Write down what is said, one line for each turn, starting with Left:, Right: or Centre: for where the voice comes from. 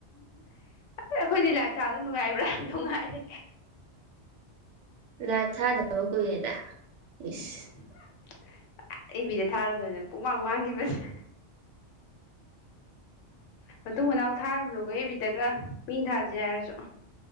Left: ꯑꯩꯈꯣꯏꯗꯤ ꯂꯥꯏꯞ ꯊꯥꯕꯗꯨ ꯅꯨꯡꯉꯥꯏꯕ꯭ꯔꯥ ꯅꯨꯡꯉꯥꯏ
Right: ꯂꯥꯏꯞ ꯊꯥꯗꯕ ꯀꯨꯏꯔꯦꯗ
Left: <inaudible>
Right: ꯏꯁ
Left: ꯑꯦꯐ ꯕꯤꯗ ꯊꯥꯔꯗꯅꯦ ꯄꯨꯨꯡꯃꯥꯡ ꯃꯥꯡꯈꯤꯕꯁꯦ ꯃꯇꯨꯡ ꯃꯅꯥꯎ ꯊꯥꯔꯨꯅꯨꯀꯣ ꯑꯦꯐ ꯕꯤꯗꯒ ꯃꯤꯅ ꯊꯥꯖꯦ ꯍꯥꯏꯔꯁꯨ